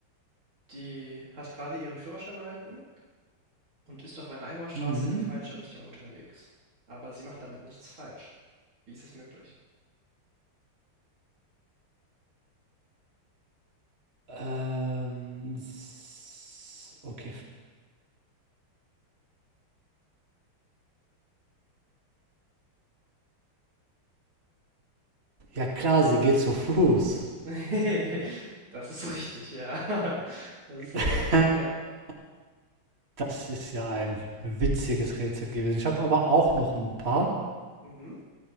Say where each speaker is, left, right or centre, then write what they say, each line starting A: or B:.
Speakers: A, on the right; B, on the right.
A: die hat gerade ihren Führerschein erhalten und ist auf einer Einbahnstraße
B: Mhm.
A: in die falsche Richtung unterwegs. Aber sie macht damit nichts falsch. Wie ist es möglich?
B: Ähm, s- okay. Ja klar, sie geht zu Fuß.
A: <laughs> Das ist richtig, ja. <laughs> Das ist
B: <laughs>
A: richtig, ja.
B: Das ist ja ein witziges Rätsel gewesen. Ich habe aber auch noch ein paar.
A: Mhm.